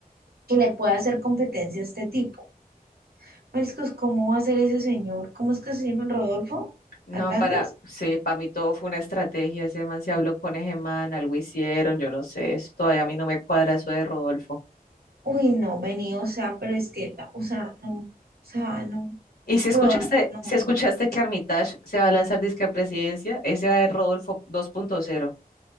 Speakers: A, on the right; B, on the left.
A: Que le pueda hacer competencia a este tipo. Mariscos, ¿cómo va a ser ese señor? ¿Cómo es que se llama Rodolfo
B: No,
A: Hernández?
B: para, sí, para mí todo fue una estrategia. Ese man se habló con ese man, algo hicieron, yo no sé, eso todavía a mí no me cuadra eso de Rodolfo.
A: Uy, no, vení, o sea, pero es que, la- o sea, no, o sea, no,
B: Y si
A: Rodolfo,
B: escuchaste,
A: no,
B: si escuchaste que Armitage se va a lanzar disque a presidencia, ese va de Rodolfo dos punto cero